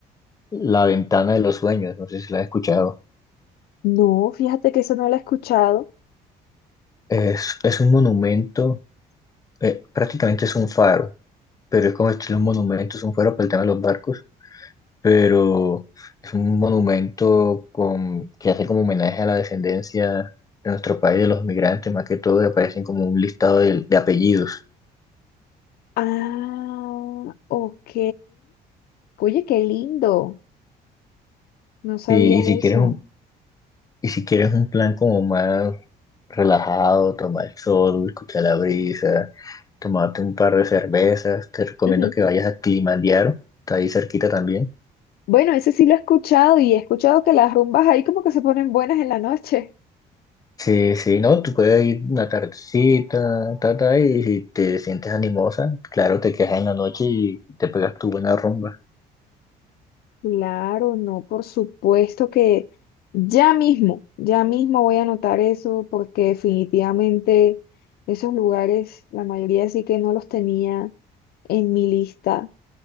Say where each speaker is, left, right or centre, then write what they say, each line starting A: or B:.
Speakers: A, on the left (about 20°); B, on the left (about 65°).
A: la Ventana de los Sueños, no sé si la has escuchado.
B: No, fíjate que eso no lo he escuchado.
A: Es, es un monumento, eh, prácticamente es un faro, pero es como estilo un monumento, es un faro para el tema de los barcos pero es un monumento con, que hace como homenaje a la descendencia de nuestro país, de los migrantes, más que todo, y aparecen como un listado de, de apellidos.
B: Ah, ok. Oye, qué lindo. No sabía
A: Sí, y si
B: eso.
A: quieres un, y si quieres un plan como más relajado, tomar el sol, escuchar la brisa, tomarte un par de cervezas, te recomiendo
B: <laughs>
A: que vayas a Kilimanjaro, está ahí cerquita también.
B: Bueno, ese sí lo he escuchado y he escuchado que las rumbas ahí como que se ponen buenas en la noche.
A: Sí, sí, no, tú puedes ir una tardecita, ta, ta, y si te sientes animosa, claro, te quedas en la noche y te pegas tu buena rumba.
B: Claro, no, por supuesto que ya mismo, ya mismo voy a anotar eso porque definitivamente esos lugares, la mayoría sí que no los tenía en mi lista.